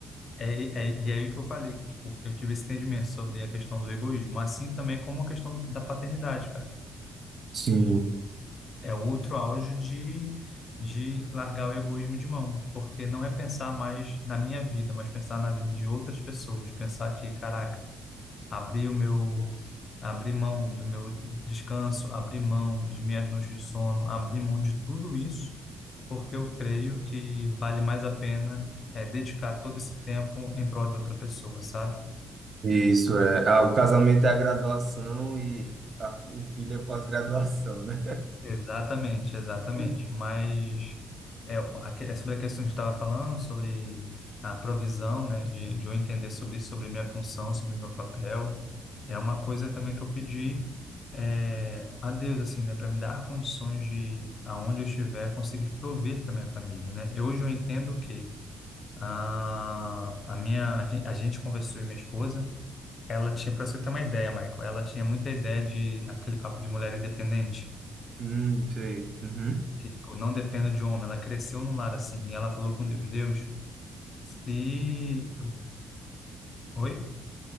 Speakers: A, on the left (about 45°); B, on the right (about 45°).
A: É, é, e é aí que eu falei, que, tipo, eu tive esse entendimento sobre a questão do egoísmo, assim também como a questão do- da paternidade, cara.
B: sim.
A: É outro auge de, de largar o egoísmo de mão, porque não é pensar mais na minha vida, mas pensar na vida de outras pessoas. Pensar que, caraca, abri o meu, abri mão do meu descanso, abri mão de minhas noites de sono, abri mão de tudo isso, porque eu creio que vale mais a pena é, dedicar todo esse tempo em prol de outra pessoa, sabe?
B: Isso é. Ah, o casamento é a graduação e a- o filho é a pós-graduação, né?
A: Exatamente, exatamente.
B: <laughs>
A: Mas É, o- aque- é sobre a questão que a gente estava falando, sobre a provisão, né, de, de eu entender sobre, sobre minha função, sobre meu papel, é uma coisa também que eu pedi é, a Deus, assim, né, para me dar condições de, aonde eu estiver, conseguir prover para minha família, né? Eu, hoje eu entendo que a, a minha, a gen- a gente conversou e minha esposa, ela tinha, para você ter uma ideia, Michael, ela tinha muita ideia de aquele papo de mulher independente
B: Hum, sei. Uhum.
A: que tipo, não dependa de homem. Ela cresceu num lar assim, e ela falou com Deus, Deus, Se, oi?